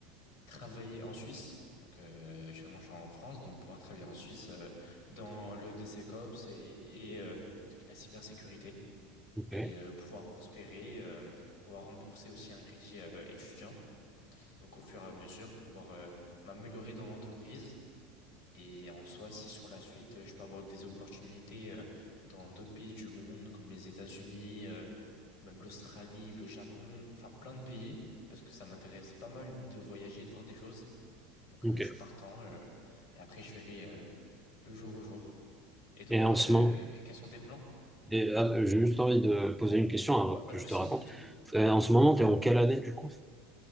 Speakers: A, on the left; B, in the centre.
A: travailler en Suisse. Donc euh, actuellement je suis en France, donc pouvoir travailler en Suisse euh, dans le DCCOPS et, et, euh, la cybersécurité
B: Ok.
A: et euh, pouvoir prospérer, euh, pouvoir rembourser aussi un crédit euh, étudiant. Donc au fur et à mesure pouvoir euh, m'améliorer dans l'entreprise et en soi, si sur la suite, euh, je peux avoir des opportunités euh, dans d'autres pays du monde, comme les États-Unis, euh, même l'Australie, le Japon, enfin plein de pays, parce que ça m'intéresse pas mal de voyager et de voir des choses. Donc
B: Ok.
A: euh, je suis partant, euh, et après je verrai euh, le jour au jour. Et toi,
B: Et en
A: euh,
B: ce moment,
A: que- que- quels sont tes plans?
B: Et, euh, j'ai juste envie de poser une question avant
A: Ouais,
B: que
A: pas de
B: je
A: souci,
B: te raconte.
A: dis-moi.
B: Euh, en ce moment,
A: Ouais.
B: tu es en quelle année du coup?